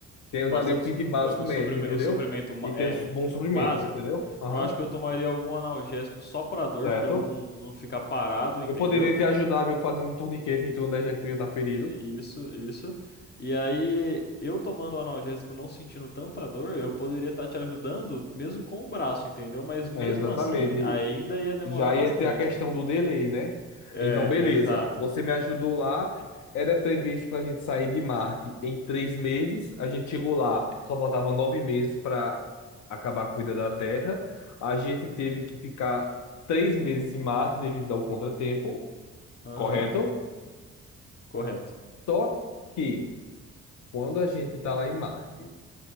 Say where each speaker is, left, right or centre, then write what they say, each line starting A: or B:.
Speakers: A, on the left; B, on the left.
A: Temos
B: bastante
A: ali o kit
B: su-
A: básico
B: ba-
A: médico,
B: suprime-
A: entendeu?
B: o suprimento ma-
A: E
B: é
A: temos bons
B: ba-
A: suprimentos,
B: básico,
A: entendeu? Aham,
B: eu acho que eu tomaria algum analgésico só pra dor,
A: certo.
B: pra eu não, não ficar parado, entendeu?
A: Eu poderia te ajudar, meu, fazendo um torniquete em torno da já que tu ia estar ferido.
B: Isso, isso. E aí, eu tomando o analgésico, não sentindo tanta dor, eu poderia estar te ajudando mesmo com o braço, entendeu? Mas mesmo
A: É, exatamente.
B: assim, ainda ia demorar
A: Já
B: bastante.
A: ia ter a questão do delay, né?
B: É,
A: Então, beleza.
B: exato.
A: Você me ajudou lá. Era previsto para a gente sair de Marte em três meses. A gente chegou lá, só faltava nove meses para acabar com a vida da Terra. A gente teve que ficar três meses em Marte devido ao contratempo,
B: Aham,
A: correto?
B: correto.
A: Só que quando a gente está lá em Marte